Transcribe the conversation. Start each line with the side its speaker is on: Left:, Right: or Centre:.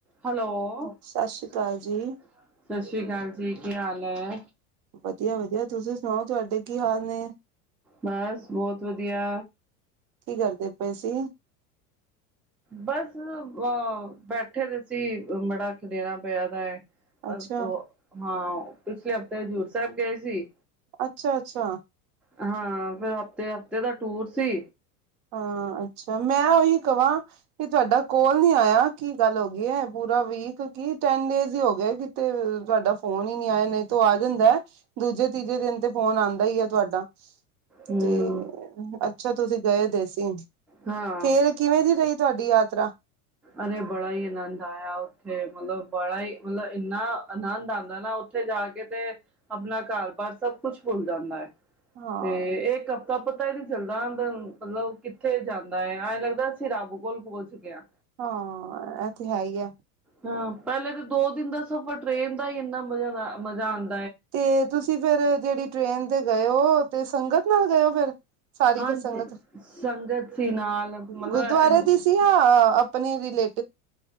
Centre: ਹੈਲੋ।
Right: ਸਤਿ ਸ੍ਰੀ ਅਕਾਲ
Centre: ਸਸ
Right: ਜੀ
Centre: ਸ਼੍ਰੀ ਕਾਲ ਜੀ ਕੀ ਹਾਲ ਐ।
Right: ਵਧੀਆ ਵਧੀਆ ਤੁਸੀਂ ਸੁਨਾਓ ਤੁਹਾਡੇ ਕੀ ਹਾਲ ਨੇ।
Centre: ਬਸ ਬੋਤ ਵਧੀਆ।
Right: ਕੀ ਕਰਦੇ ਪਏ ਸੀ?
Centre: ਬਸ ਅਹ ਬੈਠੇ ਦੇ ਸੀ, ਬੜਾ ਖਲੇਰਾ ਪਿਆ ਦਾ ਐ।
Right: ਅੱਛਾ
Centre: ਅ ਓ ਹਾਂ, ਪਿਛਲੇ ਹਫ਼ਤੇ ਹਜ਼ੂਰ ਸਾਹਿਬ ਗਏ ਸੀ।
Right: ਅੱਛਾ-ਅੱਛਾ।
Centre: ਹਾਂ ਫੇਰ ਹਫ਼ਤੇ-ਹਫ਼ਤੇ ਦਾ ਟੂਰ ਸੀ।
Right: ਹਾਂ, ਅੱਛਾ ਮੈਂ ਉਹੀ ਕਵਾਂ, ਕਿ ਤੁਹਾਡਾ ਕੋਲ ਨੀ ਆਇਆ ਕੀ ਗੱਲ ਹੋ ਗਈ ਐ ਪੂਰੀ ਰਾ ਵੀਕ ਕੀ, ਟੈਨ ਡੇਜ ਈ ਹੋ ਗਏ ਕਿਤੇ ਤੁਹਾਡਾ ਫੋਨ ਈ ਨੀ ਆਇਆ ਨਹੀਂ ਤੋ ਆ ਜਾਂਦਾ ਦੁ ਦੂਜੇ ਤੀਜੇ ਦਿਨ ਤੇ ਫੋਨ ਆਂਦਾ ਈ ਐ ਤੁਹਾਡਾ,
Centre: ਹਮ
Right: ਤੇ ਅੱਛਾ ਤੁਸੀਂ ਗਏ ਦੇ ਸੀ।
Centre: ਹਾਂ
Right: ਫੇਰ ਕਿਵੇਂ ਦੀ ਰਹੀ ਤੁਹਾਡੀ ਯਾਤਰਾ?
Centre: ਅਰੇ ਬੜਾ ਈ ਆਨੰਦ ਆਇਆ। <unintelligible> ਉੱਥੇ ਮਲਬ ਬੜਾ ਈ ਮਲਬ ਇੰਨਾ ਆਨੰਦ ਆਂਦਾ ਨਾ ਉੱਥੇ ਜਾ ਕੇ ਤੇ, ਆਪਣਾ ਕਾਰ ਬਾਰ ਸਭ ਕੁੱਛ ਭੁੱਲ ਜਾਂਦਾ ਐ।
Right: ਹਾਂ
Centre: ਤੇ ਇੱਕ ਹਫ਼ਤਾ ਪਤ ਪਤਾ ਈ ਨਈ ਚੱਲਦਾ <unintelligible> ਮਲਬ ਕਿੱਥੇ ਜਾਂਦਾ ਏ, ਐਂ ਲੱਗਦਾ ਅਸੀਂ ਰੱਬ ਕੋਲ ਪੋਂਚ ਗਏ ਆਂ।
Right: ਹਾਂ ਇਹ ਤੇ ਹੈ ਈ ਐ।
Centre: ਹਾਂ, ਪਹਿਲੇ ਤੇ ਦੋ ਦਿਨ ਦਾ ਸਫ਼ਰ ਟ੍ਰੇਨ ਦਾ ਈ ਇੰਨਾ ਮਜ਼ੇਡਰ ਮਜ਼ਾ ਆਨ
Right: ਤੇ ਤੁਸੀਂ ਫੇਰ ਜਿਹੜੀ ਟ੍ਰੇਨ ਤੇ ਗਏ ਓ, ਤੇ ਸੰਗਤ ਨਾਲ ਗਏ ਓ ਫੇਰ? ਸਾਰੀ
Centre: ਹਾਂਜੀ
Right: ਕੁ ਸੰਗਤ
Centre: ਸੰਗਤ ਸੀ ਨਾਲ ਮਤਲਬ
Right: ਗੁਰਦੁਆਰੇ ਦੀ ਸੀ ਹਾਂ ਆਪਨੀ ਰਿਲੇ